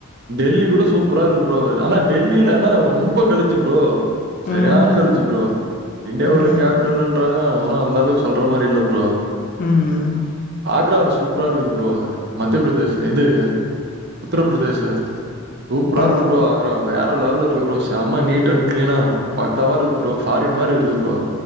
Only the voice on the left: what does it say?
ம்
அப்டியா
ம்
ஆ